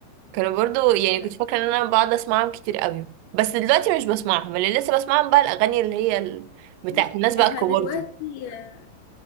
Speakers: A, on the right; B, on the left.
A: كانوا برضو يعني
B: لا
A: كنت فاكرة ان انا بقعد اسمعهم كتير قوي بس دلوقتي مش بسمعهم اللي لسه بسمعهم بقى الأغاني اللي هي ال... بتاعت
B: لا
A: الناس بقى
B: احنا
A: الكبار
B: دلوقتي
A: دي
B: آه،